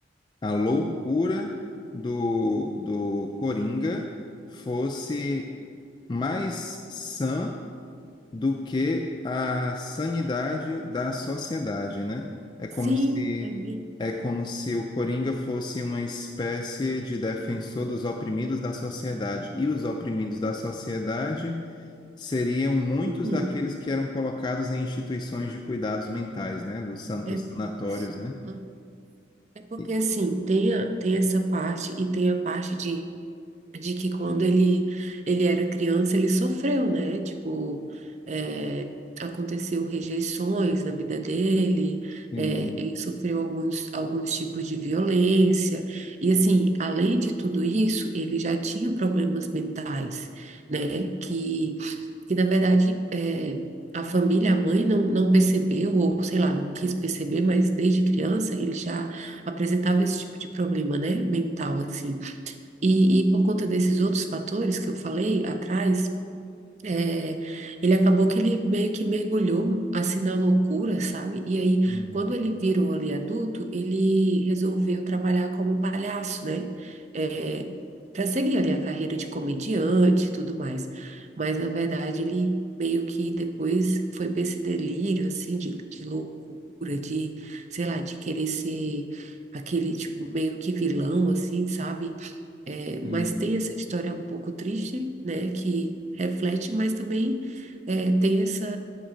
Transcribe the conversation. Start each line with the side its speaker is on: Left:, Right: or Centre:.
Left: a loucura do, do Coringa fosse mais sã do que a sanidade da sociedade, né? É como
Right: Sim,
Left: se
Right: é bem.
Left: é como se o Coringa fosse uma espécie de defensor dos oprimidos da sociedade, e os oprimidos da sociedade seriam muitos
Right: Uhum,
Left: daqueles que eram colocados em instituições de cuidados mentais, né? Dos san-
Right: é
Left: os
Right: bem
Left: sanatórios,
Right: isso.
Left: né?
Right: Uhum. É porque
Left: E-
Right: assim, tem, a- tem essa parte e tem a parte de de que quando ele, ele era criança, ele sofreu, né? Tipo, é, aconteceu rejeições na vida dele,
Left: Sim,
Right: é, ele sofreu alguns, alguns tipos de violência, e assim, além de tudo isso, ele já tinha problemas mentais, né? Que, que na verdade, é, A família, a mãe não, não percebeu, ou sei lá, não quis perceber, mas desde criança ele já apresentava esse tipo de problema, né? Mental, assim. E, e por conta desses outros fatores que eu falei atrás, é, ele acabou que ele meio que mergulhou assim na loucura, sabe? E aí,
Left: sim,
Right: quando ele virou ali adulto, ele resolveu trabalhar como um palhaço, né? É, para seguir ali a carreira de comediante e tudo mais. Mas, na verdade, ele meio que depois foi para esse delírio, assim, de, de loucura, de, sei lá, de querer ser aquele, tipo, meio que vilão, assim, sabe? É,
Left: sim,
Right: mas tem essa história um pouco triste, né, que reflete, mas também é, tem essa.